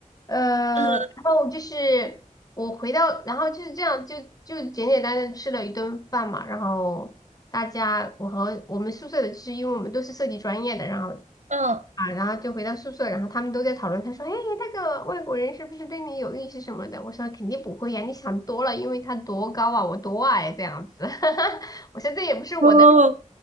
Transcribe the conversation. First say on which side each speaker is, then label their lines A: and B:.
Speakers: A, on the left; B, on the right.
A: 呃，
B: 嗯，
A: 然后就是我回到，然后就是这样，就就简简单单地吃了一顿饭嘛，然后。大家，我和我们宿舍的，就是因为我们都是设计专业的，然后
B: 嗯，
A: 啊，然后就回到宿舍，然后他们都在讨论，他说：“哎，那个外国人是不是对你有意思什么的？”我说：“肯定不会呀，你想多了，因为他多高啊，我多矮这样子。<laughs>”我说：“这也不是我的，
B: 哦，